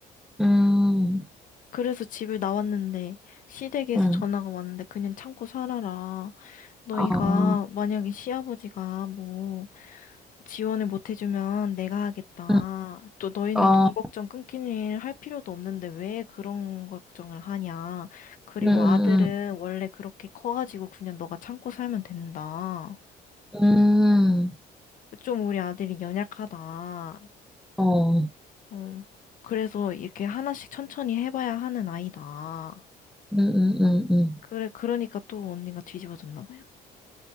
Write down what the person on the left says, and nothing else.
그래서 집을 나왔는데 시댁에서
전화가 왔는데 그냥 참고 살아라. 너희가
만약에 시아버지가 뭐 지원을 못 해주면 내가 하겠다.
또 너희는
돈 걱정 끊긴 일 할 필요도 없는데 왜 그런 걸 걱정을 하냐. 그리고
아들은 원래 그렇게 커가지고 그냥 너가 참고 살면 된다.
좀 우리 아들이 연약하다.
응. 그래서 이렇게 하나씩 천천히 해봐야 하는 아이다.
그래, 그러니까 또 언니가 뒤집어졌나 봐요.